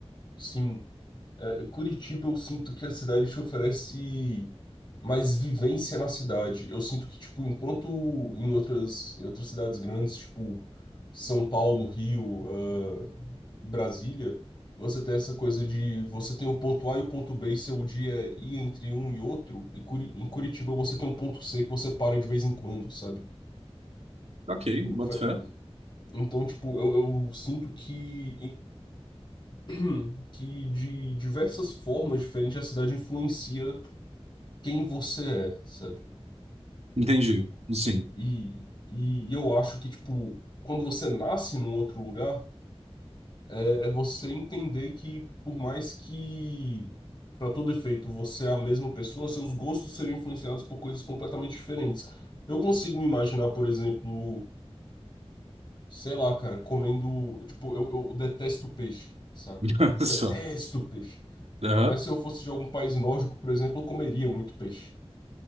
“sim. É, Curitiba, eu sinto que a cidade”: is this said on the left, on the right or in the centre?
Left